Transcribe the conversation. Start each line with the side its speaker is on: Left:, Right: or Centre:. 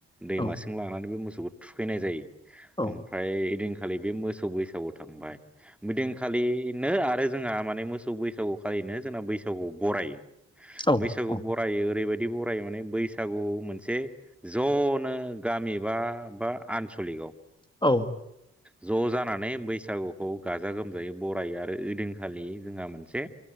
Centre: दैमासिम
Left: औ
Centre: लांनानै बे मोसौ थुखैनाय जायो।
Left: औ ओं
Centre: ओमफ्राय ओइदिनखालि बे मोसौ बैसागु थांबाय। ओइदिनखालिनो आरो जोंहा माने मोसौ बैसागु खालिनो जोंना बैसागु बरायो।
Left: औ
Centre: बैसागु
Left: औ
Centre: बरायो ओरैबायदि बरायो माने बैसागु मोनसे ज'नो गामि बा बा आनस' गलिकआव
Left: औ
Centre: ज' जानानै बैसागुखौ गाजा-गोमजायै बरायो आरो ओइदिनखालि जोंहा मोनसे